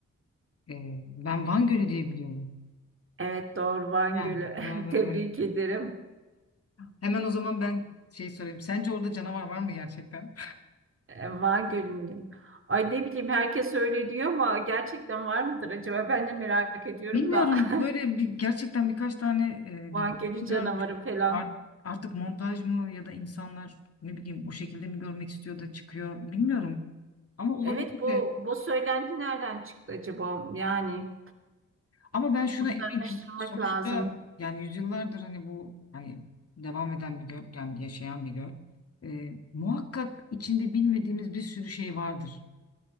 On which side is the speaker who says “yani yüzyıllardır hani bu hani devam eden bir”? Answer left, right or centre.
Left